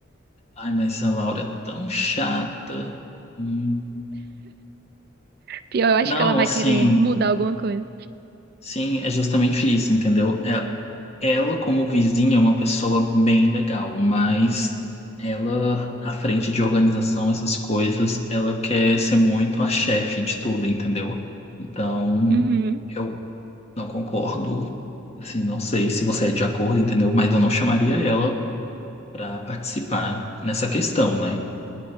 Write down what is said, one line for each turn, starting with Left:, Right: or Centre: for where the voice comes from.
Left: Ai, mas a Laura é tão chata. Hum,
Right: Pior, eu
Left: não,
Right: acho que ela vai
Left: assim,
Right: querer mudar alguma coisa.
Left: sim, é justamente isso, entendeu? É- Ela, como vizinha, é uma pessoa bem legal, mas ela, à frente de organização, essas coisas, ela quer ser muito a chefe de tudo, entendeu? Então.
Right: Uhum,
Left: Eu não concordo. Assim, não sei se você é de acordo, entendeu? Mas eu não chamaria ela para participar nessa questão, né?